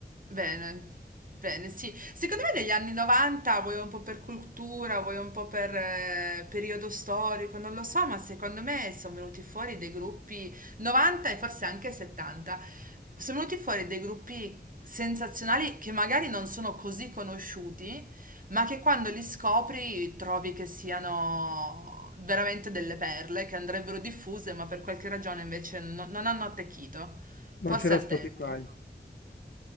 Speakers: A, on the right (about 45°); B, on the left (about 70°).
A: bene, bene, sì. Secondo me negli anni 90, vuoi un po' per cultura, vuoi un po' per eh, periodo storico, non lo so, ma secondo me sono venuti fuori dei gruppi 90 e forse anche 70. Sono venuti fuori dei gruppi sensazionali che magari non sono così conosciuti, ma che quando li scopri trovi che siano veramente delle perle che andrebbero diffuse, ma per qualche ragione invece no- non hanno attecchito, forse
B: Non c'era
A: al
B: Spotify,
A: tempo.